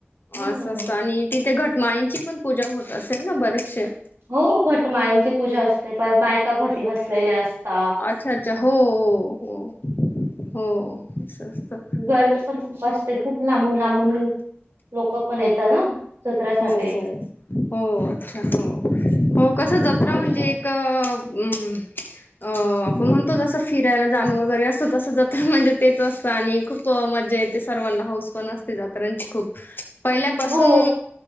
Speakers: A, on the right (about 80°); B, on the left (about 55°).
A: हो.
B: असं असतं आणि तिथे घटमाईंची पण पूजा होत असेल ना बरेचसे.
A: हो घटमाळींची पूजा असते परत बायका घट बसलेले असता
B: अच्छा अच्छा हो हो हो हो असं असतं.
A: गर ते पण खूप असते खूप लांबून लांबून लोक पण येतात ना. सत्रासाठी
B: हो हो हो अच्छा हो हो कस जत्रा
A: असं
B: म्हणजे?
A: आहे.
B: एक हमम अ आपण म्हणतो जसं फिरायला जाणं वगैरे असतं तस जात म्हणजे तेच असतं आणि खूप मज े सर्वांना हौस पण असते जात्रांची खूप पहिल्यापासून.
A: हम्म, हो.